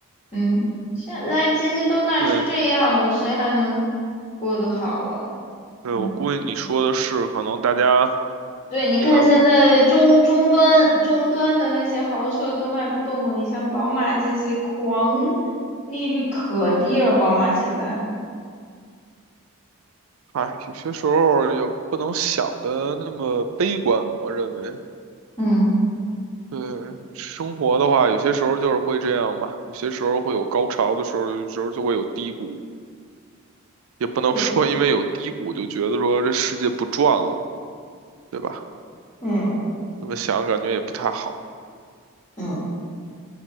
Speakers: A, on the left; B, on the right.
A: 嗯，现在经济都烂成这样了，
B: 对，
A: 谁还能过得好啊？
B: 对，
A: 嗯，
B: 我估计你说的是，可能大家
A: 对，你看现在中中端中端的那些豪车都卖不动了，
B: 也在玩。
A: 你像宝马这些狂，利率可低了，宝马现在，
B: 哎，有些时候也不能想的那么悲观，我认为。
A: 嗯，
B: 对，生活的话，有些时候就是会这样吧，有些时候会有高潮的时候，有时候就会有低谷，也不能说因为有低谷就觉得说这世界不转了，
A: 对，
B: 对吧？
A: 嗯
B: 这么想感觉也不太好。
A: 嗯，